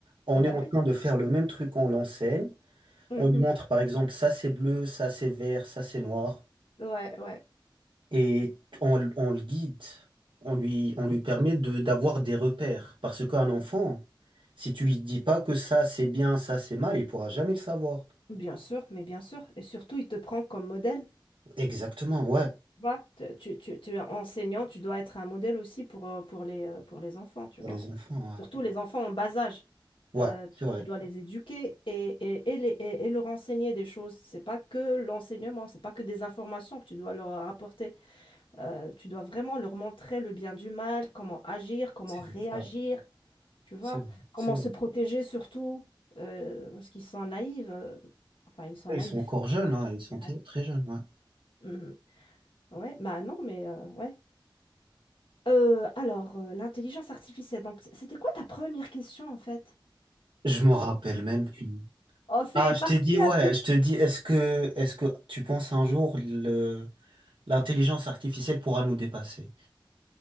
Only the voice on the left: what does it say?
Ah bah
oui.
Mhm.
Ouais, ouais.
Bien sûr, mais bien sûr. Et surtout, il te prend comme modèle.
Tu vois, tu, tu- tu- tu es enseignant, tu dois être un modèle aussi pour, euh, pour les, euh, pour les enfants, tu
vois.
Surtout
les enfants en bas âge.
Euh, tu,
tu dois les éduquer et, et, et les, et, et leur enseigner des choses. C'est pas que l'enseignement, c'est pas que des informations que tu dois leur apporter. Euh, tu dois vraiment leur montrer le bien du mal, comment agir, comment
réagir
Tu vois,
comment
se protéger surtout, euh, parce qu'ils sont naïfs. euh, enfin, ils sont
naïfs.
Mm,
mm. mm. Ouais, bah non, mais euh, ouais. Euh, alors, euh, l'intelligence artificielle, donc c- c'était quoi ta première question en fait?
Oh, c'est
parti
un petit peu.